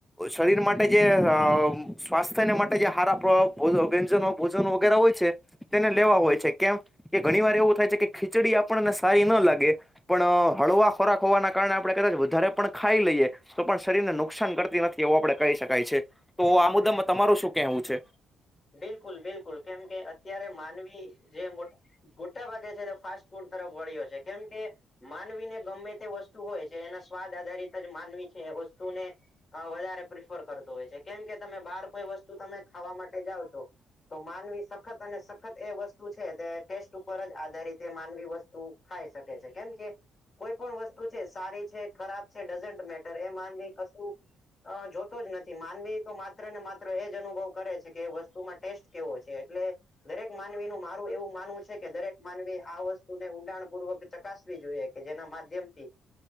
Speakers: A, in the centre; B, on the left.
A: શરીર માટે જે અહ સ્વાસ્થ્યને માટે જે હારા પ્રવાહ વ્યંજનો ભોજનો વગેરે હોય છે તેને લેવા હોય છે કેમ કે ઘણી વાર એવું થાય છે કે ખીચડી આપણને સારી ના લાગે પણ અહ હળવા ખોરાક હોવાના કારણે આપણે કદાચ વધારે પણ ખાઈ લઈએ. તો પણ શરીર ને નુકસાન કરતી નથી એવું આપડે કહી શકાય છે તો આ મુદ્દામાં તમારું શું કેહેવું છે.
B: બિલકુલ બિલકુલ કેમ કે અત્યારે માનવી જે મોટ મોટા ભાગે છે ફાસ્ટ ફૂડ તરફ વળ્યો છે કેમ કે, માનવી ને ગમે તે વસ્તુ હોય છે એના સ્વાદ આધારિત જ માનવી છે એ વસ્તુને હા વધારે પ્રફ્રેર કરતુ હોય છે કેમ કે તમે બાર કોઈ વસ્તુ તમે ખાવા માટે જાવ છો તો માનવી શક્તિ સખત અને સખત એ વસ્તુ છે તે ટેસ્ટ ઉપર જ આધારિત માનવી વસ્તુ ખાઈ શકે છે કેમ કે કોઈ પણ વસ્તુ છે સારી છે ખરાબ છે ડઝન મેટર એ માનવી કશું અ જોતો જ નથી માનવી તો માત્ર માત્ર ને માત્ર અનુભવ કરેછે કે વસ્તુમાં ટેસ્ટ કેવો છે એટલે દરેક માનવી નું મારું એવું માનવું છે કે દરેક માનવી આ વસ્તુને ઊંડાણ પૂર્વક ચકાસવી જોઈએ કે જેના માધ્યમ થી